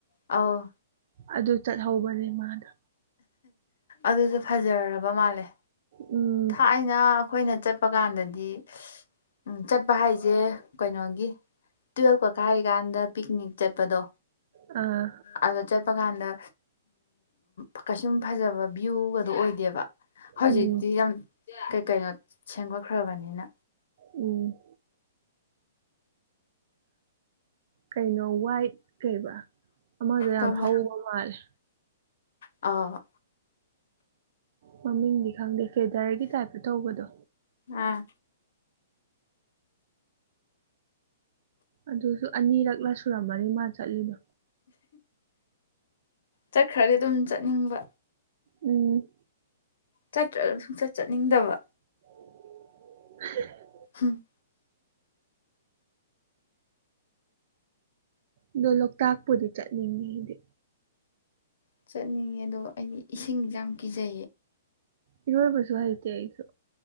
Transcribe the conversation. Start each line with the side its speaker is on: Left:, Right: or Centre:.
Left: ꯑꯥꯎ
Right: ꯑꯗꯨ ꯆꯠꯍꯧꯕꯅꯦ ꯃꯥꯗꯣ
Left: ꯑꯗꯨꯁꯨ ꯐꯖꯔꯕ ꯃꯥꯜꯂꯦ
Right: ꯎꯝ
Left: ꯑꯩꯅ ꯑꯩꯈꯣꯏꯅ ꯆꯠꯄ ꯀꯥꯟꯗꯗꯤ ꯎ ꯆꯠꯄ ꯍꯥꯏꯁꯦ ꯀꯩꯅꯣꯒꯤ ꯇꯨꯌꯦꯜꯐ ꯀ ꯀꯥꯏꯔꯤꯀꯥꯟꯗ ꯄꯤꯛꯅꯤꯛ ꯆꯠꯄꯗꯣ
Right: ꯑꯥ
Left: ꯑꯗꯣ ꯆꯠꯄ ꯀꯥꯟꯗ ꯎ ꯀꯩꯁꯨꯝ ꯐꯖꯕ ꯚ꯭ꯌꯨꯒꯗꯣ ꯑꯣꯏꯗꯦꯕ ꯍꯧꯖꯤꯛꯇꯤ
Right: ꯎꯝ
Left: ꯌꯥꯝꯩ ꯀꯩꯅꯣ ꯁꯦꯝꯒꯠꯈ꯭ꯔꯕꯅꯤꯅ
Right: ꯎꯝ ꯀꯩꯅꯣ ꯋꯥꯏꯠ ꯀꯩꯕ ꯑꯃꯗꯣ ꯌꯥꯝ
Left: ꯀꯃ
Right: ꯍꯧꯕ ꯃꯥꯜꯂꯦ
Left: ꯑꯥ
Right: ꯃꯃꯤꯡꯗꯤ ꯈꯪꯗꯦ ꯀꯦꯗꯔꯒꯤ ꯇꯥꯏꯞꯇ ꯇꯧꯕꯗꯣ
Left: ꯑꯥ
Right: ꯑꯗꯨꯁꯨ ꯑꯅꯤꯔꯛꯂ ꯁꯨꯔꯝꯃꯅꯤ ꯃꯥ ꯆꯠꯂꯤꯗꯣ
Left: ꯆꯠꯈ꯭ꯔꯗꯤ ꯑꯗꯨꯝ ꯆꯠꯅꯤꯡꯕ
Right: ꯎꯝ
Left: ꯆꯠꯇ꯭ꯔꯒ ꯁꯨꯡꯆꯠ ꯆꯠꯅꯤꯡꯗꯕ
Right: <inaudible>
Left: ꯎꯝ
Right: ꯑꯗꯣ ꯂꯣꯛꯇꯥꯛꯄꯨꯗꯤ ꯆꯠꯅꯤꯡꯉꯤ ꯍꯥꯏꯗꯤ
Left: ꯑꯩ ꯆꯠꯄ ꯄꯥꯝꯃꯤ ꯑꯗꯨꯕꯨ ꯏꯁꯤꯡꯗ ꯑꯩ ꯀꯤꯕꯤ
Right: ꯏꯔꯣꯏꯕꯁꯨ ꯍꯩꯇꯦ ꯑꯩꯁꯨ